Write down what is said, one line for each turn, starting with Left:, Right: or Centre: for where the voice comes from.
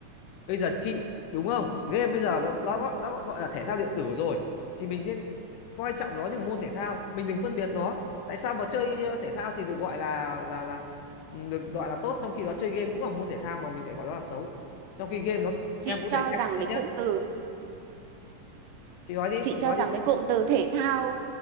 Left: bây giờ chị đúng không game bây giờ nó nó gọi- nó gọi là thể thao điện tử rồi thì mình nên coi trọng nó như một môn thể thao mình đừng phân biệt nó tại sao mà chơi ờ, thể thao thì được gọi là là là ừ, được gọi là tốt trong khi đó chơi game cũng là môn thể thao mà mình lại gọi nó là xấu trong khi game nó
Right: Chị
Left: em cũng
Right: cho
Left: thể em
Right: rằng
Left: đấy
Right: cái
Left: nhá
Right: cụm từ
Left: chị nói đi
Right: chị
Left: chị
Right: cho
Left: nói
Right: rằng
Left: đi
Right: cái cụm từ thể thao